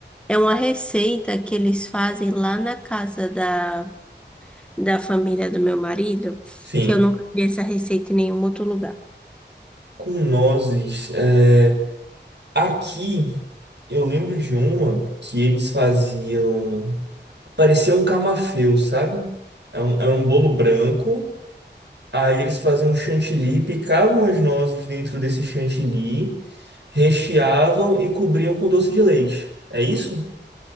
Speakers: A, in the centre; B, on the right.
A: É uma receita que eles fazem lá na casa da, da família do meu marido,
B: Sim,
A: que eu nunca vi essa receita em nenhum outro lugar.
B: com nozes. É... Aqui. Eu lembro de uma que eles faziam. Parecia um camafeu, sabe? Era um, era um bolo branco. Aí eles faziam um chantilly, picavam as nozes dentro desse chantilly, recheavam e cobriam com doce de leite. É isso?